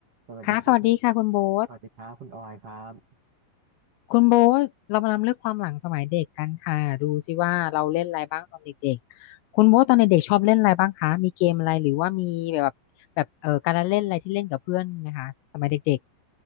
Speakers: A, on the right; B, on the left.
A: สวัสดีครับ
B: ค่ะสวัสดีค่ะคุณโบ๊ท
A: สวัสดีครับคุณออยครับ
B: คุณโบ๊ทเรามานำเรื่องความหลังสมัยเด็กกันค่ะดูสิว่าเราเล่นอะไรบ้างตอนเด็กๆคุณโบ๊ทตอนเด็กๆชอบเล่นอะไรบ้างคะมีเกมอะไรหรือว่ามีแบบแบบเอ่อการละเล่นอะไรที่เล่นกับเพื่อนไหมคะสมัยเด็ก